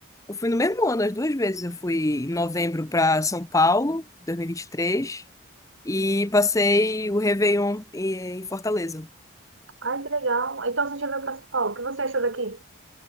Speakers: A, on the left (about 15°); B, on the right (about 60°).
A: eu fui no mesmo ano, as duas vezes. Eu fui em novembro para São Paulo, 2023, e vinte e três, e passei o Réveillon em em Fortaleza.
B: Ai, que legal. Então você já veio pra São Paulo. O que você achou daqui?